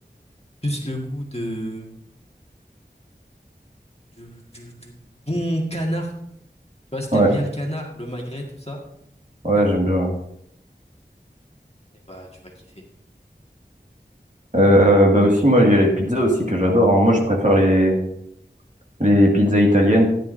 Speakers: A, on the left; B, on the right.
A: plus le goût de, du, du, du bon canard. Tu vois, si t'aimes
B: ouais, ouais,
A: bien le canard, le magret, tout ça,
B: ouais, ouais, j'aime bien. ouais.
A: eh bah, tu vas kiffer.
B: Euh, bah aussi, moi, il y a les pizzas aussi que j'adore. hein. Moi, je préfère les, les pizzas italiennes.